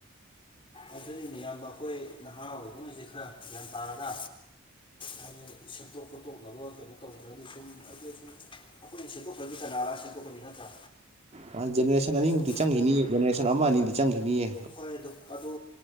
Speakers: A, on the left; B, on the right.
A: ꯑꯗꯨꯅꯤꯅꯤ ꯏꯕ ꯑꯩꯈꯣꯏ ꯅꯍꯥ ꯑꯣꯏꯕꯉꯩꯁꯤꯦ ꯈꯔ ꯒ꯭ꯌꯥꯟ ꯇꯥꯔꯒ ꯍꯥꯏꯗꯤ ꯁꯦꯝꯠꯇꯣꯛ ꯈꯣꯠꯇꯣꯛꯅꯕ ꯀꯩꯅꯣ ꯇꯧꯗ꯭ꯔꯗꯤ ꯁꯨꯝ ꯍꯥꯏꯗꯤ ꯁꯨꯝ ꯑꯈꯣꯏꯅ ꯁꯦꯝꯗꯣꯛꯇ꯭ꯔꯗꯤ ꯀꯅꯥ ꯂꯥꯛꯑ ꯁꯦꯝꯗꯣꯛꯀꯅꯤ ꯅꯠꯇ꯭ꯔꯥ
B: ꯃꯥ ꯖꯦꯅꯔꯦꯁꯟ ꯑꯅꯤꯃꯨꯛꯇꯤ
A: ꯁꯨꯝ
B: ꯆ‌ꯪꯒꯤꯅꯤꯌꯦ ꯖꯦꯅꯔꯦꯁꯟ ꯑꯃ ꯑꯅꯤꯗꯤ ꯆꯪꯒꯤꯅꯤꯌꯦ
A: ꯍꯣꯏ ꯑꯗꯨ ꯑꯗꯨ